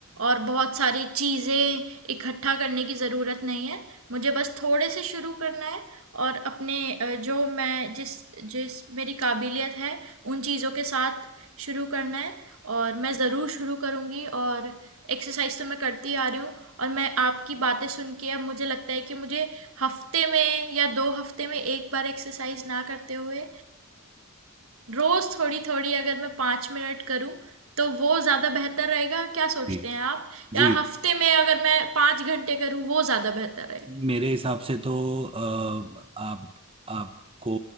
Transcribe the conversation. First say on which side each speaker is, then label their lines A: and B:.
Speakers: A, on the right; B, on the right.
A: और बहुत सारी चीज़ें इकट्ठा करने की ज़रूरत नहीं है। मुझे बस थोड़े से शुरू करना है और अपने अ, जो मैं जिस जिस मेरी काबिलियत है, उन चीज़ों के साथ शुरू करना है और मैं ज़रूर शुरू करूँगी और एक्सरसाइज तो मैं करती आ रही हूँ और मैं आपकी बातें सुन के अब मुझे लगता है कि मुझे हफ्ते में या दो हफ्ते में एक बार एक्सरसाइज ना करते हुए रोज़ थोड़ी थोड़ी अगर मैं पाँच मिनट करूँ तो वो ज़्यादा बेहतर रहेगा क्या सोचते
B: जी।
A: हैं आप या
B: जी।
A: हफ्ते में अगर मैं पाँच घंटे करूँ वो ज़्यादा बेहतर रहेगा
B: मेरे हिसाब से तो अ, आप आपको